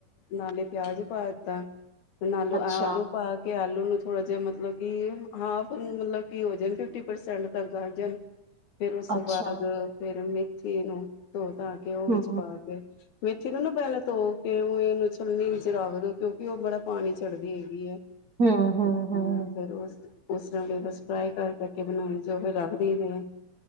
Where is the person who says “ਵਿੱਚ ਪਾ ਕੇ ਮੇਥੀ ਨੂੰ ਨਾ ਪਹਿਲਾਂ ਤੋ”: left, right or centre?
Left